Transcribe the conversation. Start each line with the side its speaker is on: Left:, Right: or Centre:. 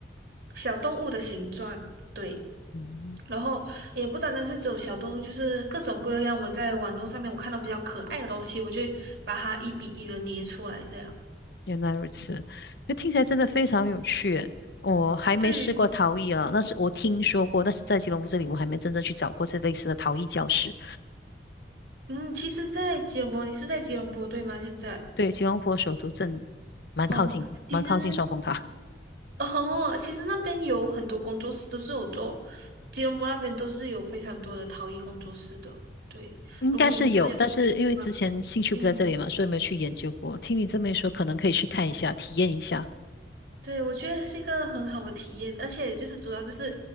Right: 小动物的形状，对，
Left: 嗯，
Right: 然后也不单单是只有小动物，就是各种各样我在网络上面我看到比较可爱的东西，我就会把它一比一的捏出来这样。
Left: 原来如此，就听起来真的非常有趣耶我还没试过陶艺啊，
Right: 对，
Left: 那是我听说过，但是在吉隆坡这里，我还没真正去找过这类似的陶艺教室。
Right: 嗯，其实，在吉隆坡，你是在吉隆坡对吗？现在
Left: 对，吉隆坡首都镇蛮靠近的，
Right: 哦，其实
Left: 蛮靠近双峰塔。
Right: 哦，其实那边有很多工作室都是有做，吉隆坡那边都是有非常多的陶艺工作室的。对，
Left: 应该是有，
Right: 如果你真的有兴趣的话，
Left: 但是因为之前兴趣不在这里嘛，
Right: 嗯，
Left: 所以没有去研究过。听你这么一说，可能可以去看一下，体验一下。
Right: 对，我觉得是一个很好的体验，而且就是主要就是，